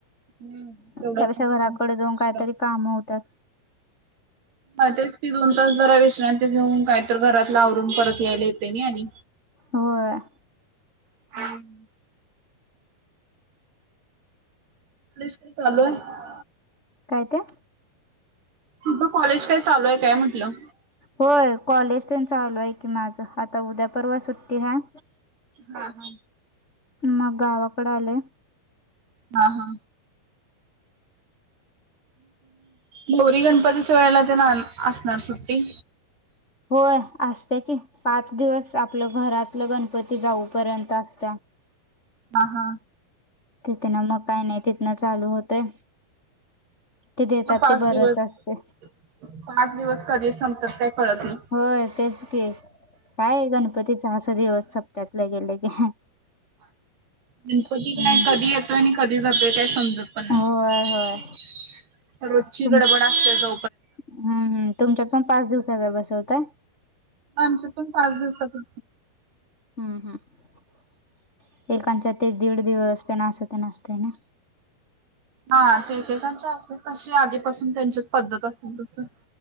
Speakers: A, on the right (about 90°); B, on the left (about 20°).
A: हम्म.
B: त्यापेक्षा
A: तेवढंच एक दोन
B: घराकडे
A: तास
B: जाऊन
A: विश्रांती.
B: काहीतरी कामं होत्या.
A: हा तेच ती दोन तास जरा विश्रांती घेऊन काय तर घरातला आवरून परत यायला येते नाही आणि
B: होय.
A: <unintelligible> कॉलेज पण चालू आहे
B: काय ते?
A: तुझं कॉलेज काय चालू आहे काय म्हटलं?
B: होय कॉलेज ते न चालू आहे की माझं आता उद्या परवा सुट्टी हाय
A: हा हा
B: मग गावकड आले
A: हा हा गौरी गणपतीच्या वेळेला ते ना असणार सुट्टी.
B: होय असते की पाच दिवस आपलं घरातलं गणपती जाऊपर्यंत असत्या.
A: हा हा.
B: तिथे ना म काय नाही तिथन चालू होतय ते देतात
A: मग पाच
B: ते बरंच
A: दिवस.
B: असते
A: पाच दिवस कधी संपतात ते कळत नाही.
B: होय तेच की काय गणपतीचा अस दिवस सप्त्यातलं गेलं की
A: गणपती
B: हम्म
A: काय कधी येतोय आणि कधी जातोय काय समजत पण नाही
B: होय होय
A: रोजची
B: तुमच
A: गडबड असते जा
B: हम्म हम्म तुमच्यात पण पाच दिवसाचा बसवताय?
A: आमच्या पण पाच दिवसाचा
B: हम्म हम्म एांच्या ते दीड दिवस ते ना असं ते नासते ना.
A: हा ते ते असे तशी आधीपासून त्यांचीच पद्धत असतील तस